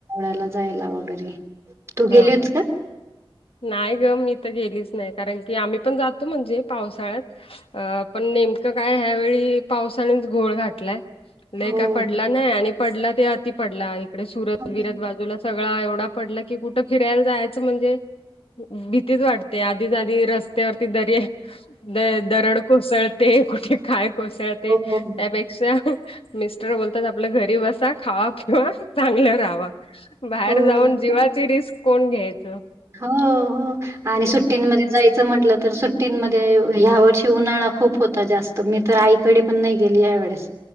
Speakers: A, on the right (about 30°); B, on the left (about 80°).
A: <unintelligible> ला जायला वगैरे. तू गेली
B: हा
A: होतीस
B: हा.
A: का?
B: नाही ग मी तर गेलीच नाही कारण की आम्ही पण जातो म्हणजे पावसाळ्यात अ पण नेमकं काय ह्यावेळी पावसानेच घोळ घातलाय.
A: हो.
B: काय पडला नाही आणि पडला ते अति पडला इकडे सुरत
A: हो,
B: बिरत बाजूला सगळा एवढा पडला की कुठं फिरायला जायचं म्हणजे भीतीच वाटते आधीच आधी रस वती दरय द दरड कोसळते कुठे काय कोसळते त्या
A: हो, हो,
B: पेक शा मिस्टर बोलतात आपल्या घरी बसा खावा पिवा चांगलं राहावा बाहेर
A: हो,
B: जाऊन
A: नक्की.
B: जीवाची रिस्क कोण घ्यायचं.
A: हो हो आणि
B: मग
A: सुट्टींमध्ये जायचं म्हंटलं तर सुट्टींमध्ये ह्या वर्षी उन्हाळा खूप होता जास्त मी तर ऐ ई कडे पण नाही गेली ह्या वेळेस